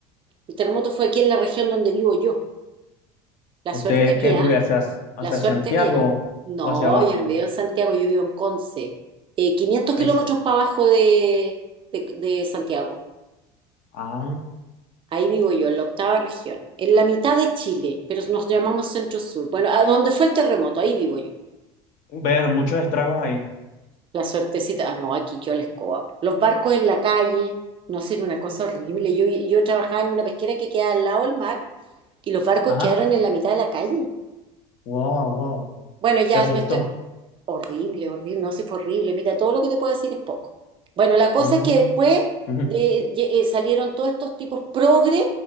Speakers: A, on the right (about 35°); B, on the left (about 60°).
A: el terremoto fue aquí en la región donde vivo yo, la
B: ¿Usted
A: suerte
B: qué
A: mía,
B: vive hacia, hacia
A: la suerte
B: Santiago
A: mía, no,
B: o hacia abajo?
A: yo no vivo en Santiago, yo vivo en Conce, eh, 500
B: Es,
A: kilómetros para abajo de, de de Santiago.
B: ah,
A: Ahí vivo yo, en la octava región, en la mitad de Chile, pero nos llamamos Centro Sur. Bueno, a donde fue el terremoto, ahí vivo yo.
B: ver muchos estragos ahí.
A: La suertecita, ah, no, aquí yo la escoba. Los barcos en la calle, no sé, era una cosa horrible. Yo, yo trabajaba en una pesquera que queda al lado del mar y los barcos
B: Ajá,
A: quedaron en la mitad de la calle.
B: wow, wow,
A: Bueno, ya
B: se asustó.
A: me estoy... Horrible, horrible, no, sí fue horrible. Mira, todo lo que te puedo decir es poco. Bueno, la cosa
B: Mm,
A: es que después
B: ujú.
A: de- ye- eh, salieron todos estos tipos progre